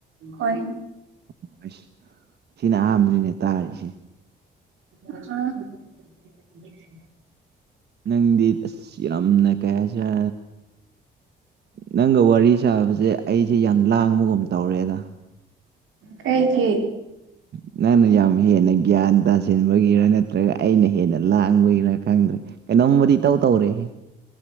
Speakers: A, on the right (about 80°); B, on the right (about 55°).
A: ꯍꯣꯏ
B: ꯑꯣ ꯑꯩꯁ ꯁꯤꯅ ꯑꯍꯥꯥꯟꯕꯅꯤꯅꯦ ꯇꯥꯔꯤꯁꯦ
A: ꯑꯥ
B: ꯅꯪꯗꯤ ꯑꯁ ꯌꯥꯝꯝꯅ ꯀꯩ ꯍꯥꯢꯁꯤꯔꯥ ꯅꯪꯒ ꯋꯥꯔꯤ ꯁꯥꯕꯁꯦ ꯑꯩꯁꯦ ꯌꯥꯝ ꯂꯥꯡꯕꯒꯨꯝ ꯇꯧꯔꯦꯗ
A: ꯀꯩꯒꯤ
B: ꯅꯪꯅ ꯌꯥꯝ ꯍꯦꯟꯅ ꯒ꯭ꯌꯥꯟ ꯇꯥꯁꯤꯟꯕꯒꯤꯔ ꯅꯠꯇ꯭ꯔꯒ ꯑꯩꯅ ꯍꯦꯟꯅ ꯂꯥꯡꯕꯒꯤꯔ ꯈꯪꯗ꯭ꯔꯦ ꯀꯩꯅꯣꯝꯕꯨꯗꯤ ꯏꯇꯧ ꯇꯧꯔꯦꯍꯦ